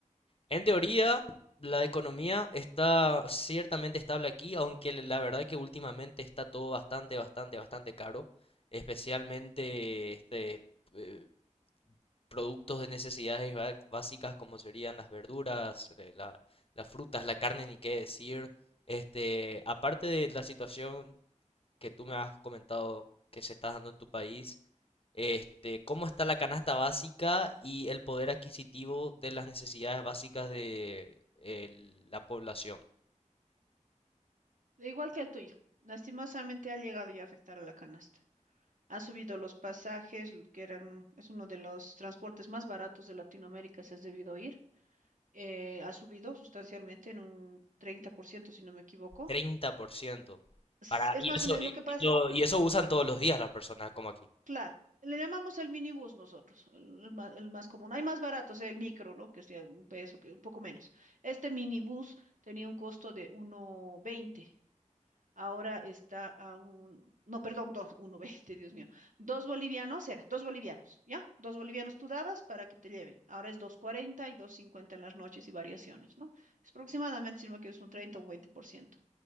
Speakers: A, on the left; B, on the right.
A: en teoría, la economía está ciertamente estable aquí, aunque la verdad que últimamente está todo bastante, bastante, bastante caro, especialmente este, eh, productos de necesidades ba- básicas como serían las verduras, eh, la- las frutas, la carne, ni qué decir. Este, aparte de la situación que tú me has comentado que se está dando en tu país, este, cómo está la canasta básica y el poder adquisitivo de las necesidades básicas de el- la población.
B: Igual que el tuyo. Lastimosamente ha llegado ya a afectar a la canasta. Han subido los pasajes, l- que eran, es uno de los transportes más baratos de Latinoamérica, si has debido oír. Eh, ha subido sustancialmente en un 30%, si no me equivoco.
A: treinta por ciento
B: Es
A: Para,
B: es
A: y
B: más
A: eso,
B: o menos
A: y,
B: lo que pasa,
A: lo- y eso usan todos los días las personas como aquí.
B: claro. Le llamamos el minibús nosotros, el, el ma- el más común. Hay más baratos, el micro, ¿no? Que es de un peso, que un poco menos. Este minibús tenía un costo de uno veinte. ahora está a un, no, perdón, dos, uno, <laughs> veinte, Dios mío, dos bolivianos era, dos bolivianos, ¿ya? Dos bolivianos tú dabas para que te lleven. Ahora es dos cuarenta y dos cincuenta en las noches y variaciones, ¿no? Es aproximadamente, si no me equivoco, es un 30 o un veinte por ciento